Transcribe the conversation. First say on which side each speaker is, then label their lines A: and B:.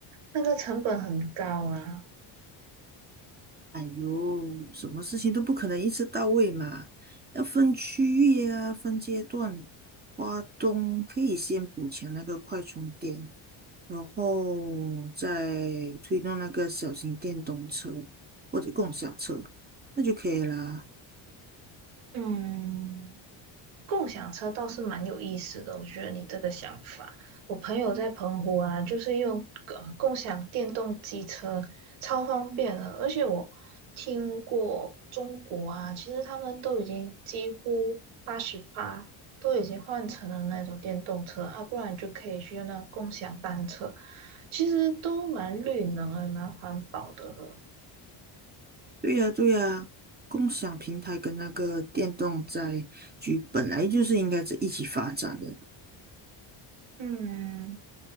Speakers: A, on the right (about 65°); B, on the right (about 20°).
A: 那个成本很高啊。
B: 哎呦，什么事情都不可能一次到位嘛，要分区域啊，分阶段。花东可以先补强那个快充电。然后再推动那个小型电动车或者共享车，那就可以啦。
A: 嗯。共享车倒是蛮有意思的，我觉得你这个想法。我朋友在澎湖啊，就是用呃共享电动机车，超方便的。而且我听过中国啊，其实他们都已经几乎八十八都已经换成了那种电动车啊，不然就可以去用那共享单车，其实都蛮绿能的，蛮环保的了。
B: 对呀，对呀，共享平台跟那个电动载具本来就是应该是一起发展的。
A: 嗯。